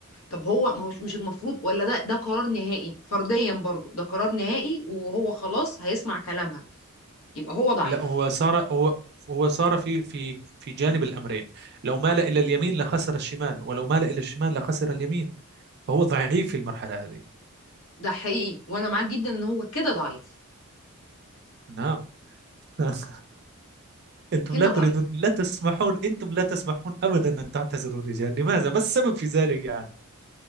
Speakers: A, on the left; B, on the right.
A: طب هو ما هوش مش المفروض ولا ده ده قرار نهائي فرديا برضه ده قرار نهائي وهو خلاص هيسمع كلامها يبقى هو ضعيف
B: لا هو صار هو هو صار في في في جانب الأمرين لو مال إلى اليمين لخسر الشمال ولو مال إلى الشمال لخسر اليمين فهو ضعيف في المرحلة هذه
A: ده حقيقي وانا معاك جدا ان هو كده ضعيف
B: نعم <laughs> أنتم
A: هنا
B: لا تريدون
A: ضعيف
B: لا تسمحون أنتم لا تسمحون أبدا أن تعتذروا الرجال لماذا ما السبب في ذلك يعني